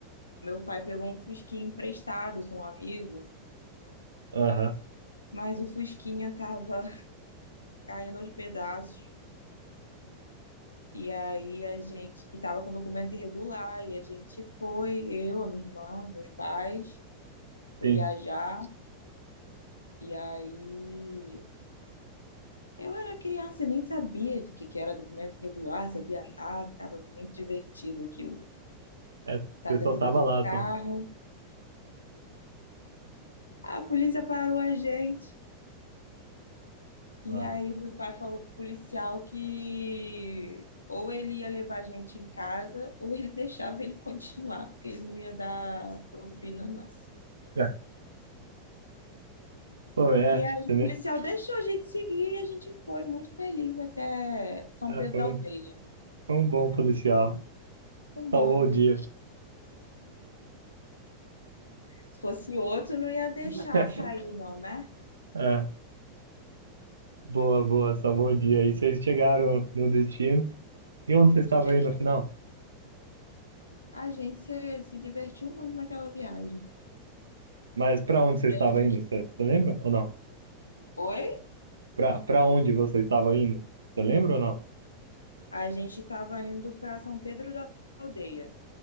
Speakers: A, on the left; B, on the right.
A: Meu pai pegou um fusquinha emprestado com um amigo,
B: Aham,
A: mas o fusquinha tava <laughs> caindo aos pedaços. E aí a gente, e tava com documento irregular, e a gente foi, eu, a minha irmã, meus pais, foi
B: sim.
A: viajar, e aí eu era criança, nem sabia de que que era documento irregular, sabia nada, tava muito divertido aquilo.
B: É,
A: Tá
B: você
A: dentro
B: só tava
A: do
B: lá,
A: carro,
B: só.
A: a polícia parou a gente. E
B: Nossa.
A: aí meu
B: <laughs>
A: pai falou pro policial que ou ele ia levar a gente em casa <laughs> ou ele deixava ele continuar, porque ele não ia dar propina, não.
B: É, pô, é,
A: E aí
B: você, me-
A: o policial deixou a gente seguir e a gente foi muito feliz até São
B: ah,
A: Pedro
B: foi
A: da
B: um
A: Aldeia.
B: Um bom policial.
A: Um bom
B: Salvou
A: policial.
B: o dia.
A: Se fosse outro, não ia deixar
B: <laughs>
A: sair, não, né?
B: É, boa, boa, salvou o dia. E vocês chegaram no destino. E onde vocês estavam
A: Chegando.
B: indo no final?
A: A gente se, se divertiu muito naquela viagem.
B: Mas pra onde vocês
A: Eu
B: estavam
A: lembro.
B: indo? Você você lembra ou não?
A: Oi?
B: Pra, pra onde vocês estavam indo? Você lembra ou não?
A: A, a gente estava indo para São Pedro da Aldeia.